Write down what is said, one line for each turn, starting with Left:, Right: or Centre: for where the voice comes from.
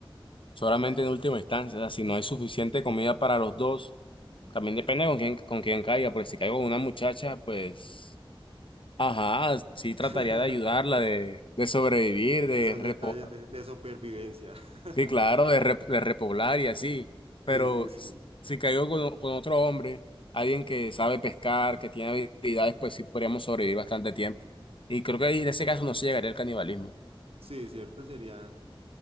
Left: Solamente en última instancia, o sea, si no hay suficiente comida para los dos, también depende con quién, con quién caiga, porque si caigo con una muchacha, pues. Ajá, sí trataría
Right: <laughs>
Left: de ayudarla, de, de sobrevivir, de
Right: Esos Son
Left: repo,
Right: detalles de, de supervivencia. <laughs>
Left: sí, claro, de, rep- de repoblar y así. Pero
Right: Sí, sí, sí.
Left: s- si caigo con, con otro hombre, alguien que sabe pescar, que tiene habilidades, pues sí podríamos sobrevivir bastante tiempo. Y creo que ahí en ese caso no se llegaría al canibalismo. O
Right: Sí, cierto, sería,